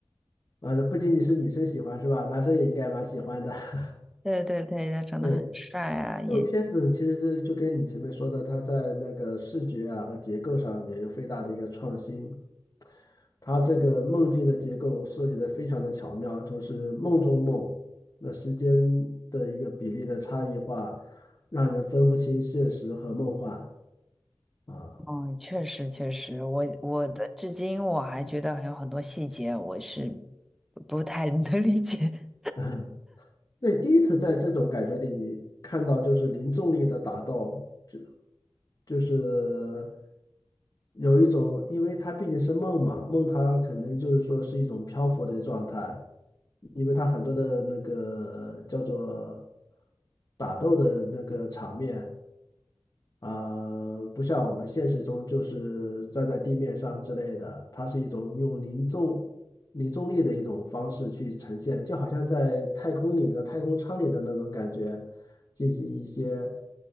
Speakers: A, on the left; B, in the centre.
A: 呃，不仅仅是女生喜欢是吧？男生也应该蛮喜欢的。<laughs>
B: 对对对，他长得很帅啊，
A: 对，
B: 演，
A: 这个片子其实就跟你前面说的，它在那个视觉啊和结构上也有非常大的一个创新。它这个梦境的结构设计的非常的巧妙，就是梦中梦，那时间的一个比例的差异化，让人分不清现实和梦幻啊。
B: 嗯，确实确实，我我的至今我还觉得还有很多细节我是不太能理解。
A: <laughs> 那第一次在这种感觉里看到就是零重力的打斗，就就是有一种，因为它毕竟是梦嘛，梦它可能就是说是一种漂浮的状态，因为它很多的那个叫做打斗的那个场面，啊、不像我们现实中就是站在地面上之类的，它是一种用零重零重力的一种方式去呈现，就好像在太空里面的太空舱里的那种感觉，进行一些